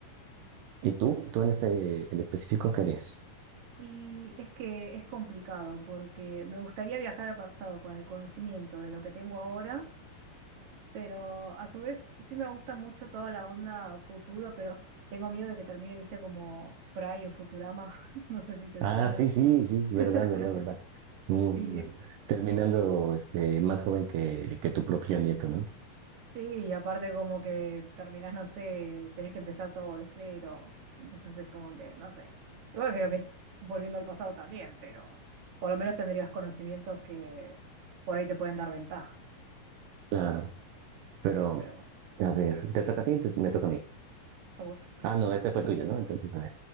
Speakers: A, on the right; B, on the right.
A: ¿Y tú? ¿Tú en este en específico qué eres?
B: Y es que es complicado porque me gustaría viajar al pasado con el conocimiento de lo que tengo ahora, pero a su vez sí me gusta mucho toda la onda futuro, pero tengo miedo de que termine, viste, como Fry en Futurama, <laughs> no sé si te
A: Ah,
B: suena.
A: sí, sí, sí, verdad,
B: <laughs>
A: verdad, verdad. Mm,
B: Y,
A: terminando
B: y-
A: este, más joven que, que tu propio nieto, ¿no?
B: Sí, y aparte como que terminás, no sé, tenés que empezar todo de cero. Entonces es como que, no sé. Igual creo que es volviendo al pasado también, pero por lo menos tendrías conocimientos que por ahí te pueden dar ventaja.
A: Claro, pero
B: Pero bueno,
A: a ver, ¿te toca a ti? Te- me toca a mí.
B: a vos.
A: Ah, no, este fue tuyo, ¿no? Entonces, a ver,